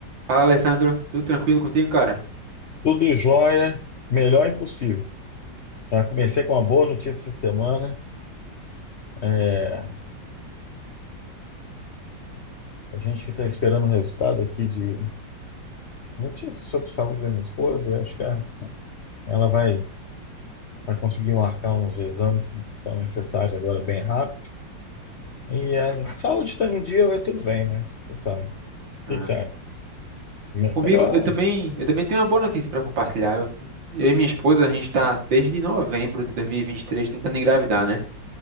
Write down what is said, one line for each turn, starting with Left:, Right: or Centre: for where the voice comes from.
Right: Fala, Alessandro. Tudo tranquilo contigo, cara?
Left: Tudo jóia, melhor impossível. Tá? Comecei com uma boa notícia essa semana. É, a gente que está esperando o resultado aqui de notícias sobre saúde da minha esposa, eu acho que a- ela vai, vai conseguir marcar uns exames que são necessários agora bem rápido. E a saúde está em dia, vai tudo bem, né? Você sabe. O
Right: Ah,
Left: que que você acha? Me-
Right: comigo,
Left: Melhor.
Right: eu também, eu também tenho uma boa notícia para compartilhar. Eu, eu e minha esposa, a gente está desde novembro de 2023 tentando engravidar, né?